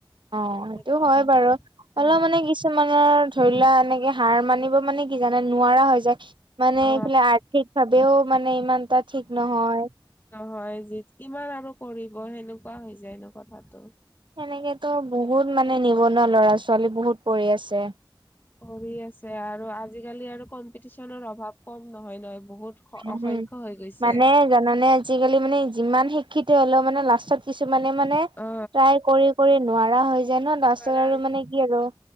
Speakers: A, on the right; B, on the left.
A: অঁ
B: সেনেকুৱা
A: সেইটো হয় বাৰু। অলপ
B: উম
A: মানে কিছুমানৰ- ধৰি লোৱা এনেকে হাৰ মানিব মানে কি জানে নোৱাৰা হৈ যায় মানে
B: অ
A: এইফালে আৰ্থিক ভাৱে- ও মানে ইমান এটা ঠিক নহয়।
B: হয় দিয়া। কিমান আৰু কৰিব সেনেকুৱা হৈ যায় কথাটো।
A: সেনেকেতো বহুত মানে নিবনুৱা ল'ৰা-ছোৱালী বহুত পঢ়ি আছে।
B: পঢ়ি আছে আৰু আজিকালি আৰু কম্পিটিচনৰ অভাৱ কম নহয় নহয়। বহুত
A: উমঁ
B: অসংখ্য
A: হম।
B: হৈ গৈছে
A: মানে জানানে আজিকালি মানে যিমান শিক্ষিত হলেও মানে লাষ্টত কিছু- মানে মানে
B: অ
A: ট্ৰাই কৰি কৰি নোৱাৰা হৈ যায় ন' তাৰপিছত
B: নোৱাৰা
A: আৰু মানে কি আৰু-